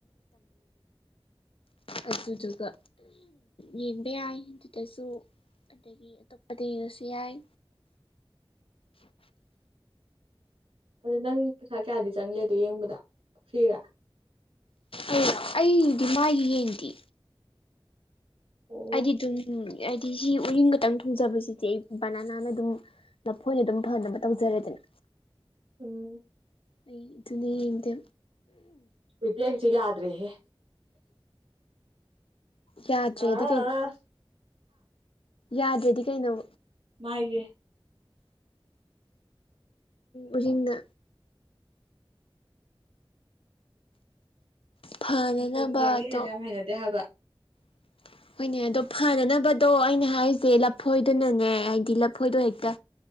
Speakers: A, on the left; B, on the right.
A: ꯑꯗꯨꯗꯨꯒ ꯌꯦꯡꯕ ꯌꯥꯏ ꯑꯗꯨꯗꯁꯨ ꯑꯗꯒꯤ ꯑꯇꯣꯞꯄꯗ ꯌꯦꯡꯉꯁꯨ ꯌꯥꯏ꯫
B: ꯑꯗꯨꯗ ꯅꯪ ꯄꯩꯁꯥ ꯀꯌꯥꯗꯤ ꯆꯪꯒꯦ ꯑꯗꯨ ꯌꯦꯡꯕꯗ ꯐ꯭ꯔꯤꯔꯥ꯫
A: ꯑꯣ ꯑꯩꯗꯤ ꯃꯥꯒꯤ ꯌꯦꯡꯗꯤ꯫
B: ꯑꯣ
A: ꯑꯩꯗꯤ ꯑꯗꯨꯝ ꯍꯥꯏꯗꯤ ꯁꯤ ꯎꯔꯤꯡ ꯈꯛꯇꯪ ꯊꯣꯡꯖꯕꯁꯤꯗꯤ ꯑꯩ ꯕꯅꯤꯅꯥꯅ ꯑꯗꯨꯝ꯫ ꯅꯐꯣꯏꯅ ꯑꯗꯨꯝ ꯐꯅꯕ ꯇꯧꯖꯔꯦꯗꯅ꯫
B: ꯎꯝ꯫
A: ꯑꯩ ꯑꯗꯨꯅꯦ ꯌꯦꯡꯗꯦ꯫
B: ꯏꯇꯦꯡꯁꯨ ꯌꯥꯗ꯭ꯔꯦꯍꯦ꯫
A: ꯌꯥꯗ꯭ꯔꯦꯗꯤ
B: ꯑꯥ
A: ꯀꯩꯅꯣ ꯌꯥꯗ꯭ꯔꯦꯗꯤ ꯀꯩꯅꯣ꯫
B: ꯃꯥꯥꯏꯒꯦ꯫
A: ꯎꯔꯤꯡꯗ꯫ ꯐꯅꯅꯕ
B: ꯁ ꯌꯦꯡꯉ ꯌꯦꯡꯉ
A: ꯑꯗꯣ
B: ꯌꯥꯝ ꯍꯩꯅꯗꯦ ꯍꯥꯏꯕ꯫
A: <unintelligible> ꯍꯣꯏꯅꯦ ꯑꯗꯣ ꯐꯅꯅꯕꯗꯣ ꯑꯩꯅ ꯍꯥꯏꯔꯤꯁꯦ ꯂꯐꯣꯏꯗꯨꯅꯅꯦ ꯍꯥꯏꯗꯤ ꯂꯐꯣꯏꯗꯣ ꯍꯦꯛꯇ꯫